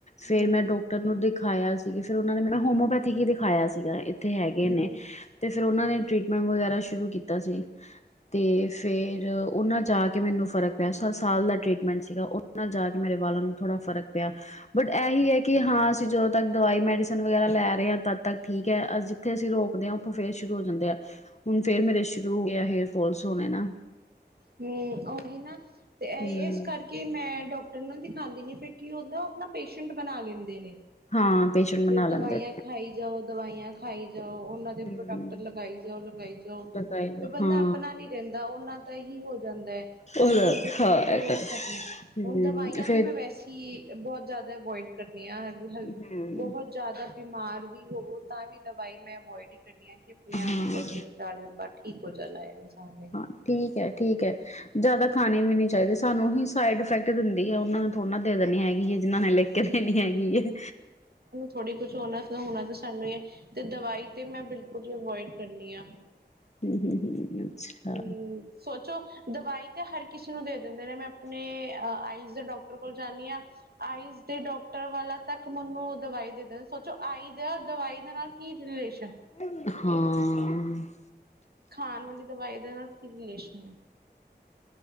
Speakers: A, on the left (about 40°); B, on the right (about 60°).
A: ਫੇਰ
B: ਹਮ
A: ਮੈਂ ਡਾਕਟਰ ਨੂੰ ਦਿਖਾਇਆ ਸੀਗੀ, ਫ਼ਿਰ ਉਨਾਂ ਨੇ ਮੈਨੂੰ ਨਾ ਹੋਮਓਪੈਥੀਕ ਦਿਖਾਇਆ ਸੀਗਾ। ਏਥੇ ਹੈਗੇ ਨੇ
B: ਹਮ
A: ਤੇ ਫਿਰ ਉਨਾਂ ਨੇ ਟ੍ਰੀਟਮੈਂਟ ਵਗੈਰਾ ਸ਼ੁਰੂ ਕੀਤਾ ਸੀ। ਤੇ ਫਿਰ ਉਨਾਂ ਜਾ ਕੇ ਮੈਨੂੰ ਫਰਕ ਪਿਆ ਸ--ਸਾਲ ਦਾ ਟਰੀਟਮੈਂਟ ਸੀਗਾ ਓ ਨਾਲ ਜਾ ਕੇ ਮੇਰੇ ਵਾਲਾਂ ਨੂੰ ਥੋੜ੍ਹਾ ਫਰਕ ਪਿਆ। ਬਟ ਇਹੀ ਆ ਕਿ ਹਾਂ, ਅਸੀਂ ਜਦੋਂ ਤੱਕ ਦਵਾਈ ਮੈਡੀਸਨ ਵਗੈਰਾ ਲੈ ਰਹੇ ਆ, ਤਦ ਤੱਕ ਠੀਕ ਆ ਅ ਜਿੱਥੇ ਅਸੀਂ ਰੋਕਦੇ ਆ ਉੱਥੋਂ ਫੇਰ ਸ਼ੁਰੂ ਹੋ ਜਾਂਦੇ ਆ ਹੁਣ ਫੇਰ ਮੇਰੇ ਸ਼ੁਰੂ ਹੋ ਗਿਆ ਹੇਅਰ ਫੋਲਸ ਹੋਣੇ ਨਾ
B: ਹੂੰ ਉਹੀ ਨਾ ਤੇ
A: ਹੂੰ,
B: ਇਸ ਕਰਕੇ ਕਿ ਮੈਂ ਡਾਕਟਰ ਨੂੰ ਦਿਖਾਦੀ ਨੀ ਫਿਰ ਕੀ ਓ ਆਪਣਾ ਪੇਸ਼ੈਂਟ ਬਣਾ ਲੈਂਦੇ ਨੇ
A: ਹਾਂ ਪੇਸ਼ੈਂਟ
B: ਫੇਰ,
A: ਬਣਾ ਲੈਂਦੇ
B: ਦਵਾਈਆਂ ਖਾਈ ਜਾਓ, ਦਵਾਈਆਂ ਖਾਈ ਜਾਓ। ਉਨਾਂ ਦੇ ਪ੍ਰੋਡਕਟ
A: ਹਮ
B: ਲਗਾਈ ਜਾਓ, ਲਗਾਈ ਜਾਓ
A: ਬਕਾਇਦਾ
B: ਵੀ ਬੰਦਾ
A: ਹਾਂ
B: ਆਪਣਾ ਨੀ ਰਹਿੰਦਾ ਉਨਾਂ ਦਾ ਹੀ ਹੋ ਜਾਂਦਾ ਆ ਕਿ
A: ਉਹਦਾ
B: ਓ ਜੋ ਕਹਿਣਗੇ
A: ਹਾਂ
B: ਉਹੀ
A: ਇਹ ਤਾਂ
B: ਕਰਨਾ ਆ।
A: ਹਮ
B: ਹੁਣ ਦਵਾਈਆਂ
A: ਫੇਰ
B: ਤੇ ਮੈਂ ਵੈਸੇ ਹੀ ਬਹੁਤ ਜ਼ਿਆਦਾ ਅਵੋਇਡ ਕਰਦੀ ਆ
A: ਹਮ
B: ਬਹੁਤ ਜ਼ਿਆਦਾ ਬਿਮਾਰ ਵੀ ਹੋਵੋ ਤਾਂ ਵੀ ਦਵਾਈ ਮੈਂ ਅਵੋਇਡ ਹੀ ਕਰਨੀ ਆ ਕਿ ਆਪਣੇ ਆਪਤੇ
A: ਹਾਂ
B: ਚਾਰਜਨ ਬਾਦ ਠੀ ਕ ਹੋ ਜਾਣ ਆ ਇਨਸਾਨ ਨੇ
A: ਹਾਂ ਠੀਕ ਆ, ਠੀਕ ਆ। ਜਿਆਦਾ ਖਾਣੀ ਵੀ ਨੀ ਚਾਈਦੀ, ਸਾਨੂੰ ਹੀ ਸਾਈਡ ਇਫੈਕਟ ਦਿੰਦੀ ਆ‌। ਉਨਾਂ ਨੂੰ ਥੋੜਾ ਨਾ ਦੇ ਦੇਣੀ ਹੈਗੀ ਆ, ਜਿਨਾਂ ਨੇ ਲਿਖ ਕੇ ਦੇਣੀ ਹੈਗੀ ਆ
B: ਥੋੜੀ ਕੁਛ ਹੋਣਾ ਹੋਣਾ ਤਾਂ ਸਾਨੂੰ ਹੀ ਆ ਤੇ ਦਵਾਈ ਤੇ ਮੈਂ ਬਿਲਕੁਲ ਹੀ ਅਵੋਇਡ ਕਰਨੀ ਆ‌।
A: ਹੂੰ-ਹੂੰ-ਹੂੰ ਅੱਛਾ।
B: ਹਮ ਸੋਚੋ ਦਵਾਈ ਤਾਂ ਹਰ ਕਿਸੇ ਨੂੰ ਦੇ ਦਿੰਦੇ ਨੇ ਮੈਂ ਆਪਣੇ ਅ ਆਈਜ਼ ਦੇ ਡੋਕਟਰ ਕੋਲ ਜਾਂਨੀ ਆ ਆਈਜ਼ ਦੇ ਡੋਕਟਰ ਵਾਲਾ ਤੱਕ ਮੈਨੂੰ ਦਵਾਈ ਦੇ ਦਿੰ ਸੋਚੋ ਆਈ ਦਾ ਦਵਾਈ ਦੇ ਨਾਲ ਕੀ ਰਿਲੇਸ਼ਨ।
A: ਹਾਂ।
B: ਖਾਣ ਵਾਲੀ ਦਵਾਈ ਦੇ ਨਾਲ ਕੀ ਰਿਲੇਸ਼ਨ।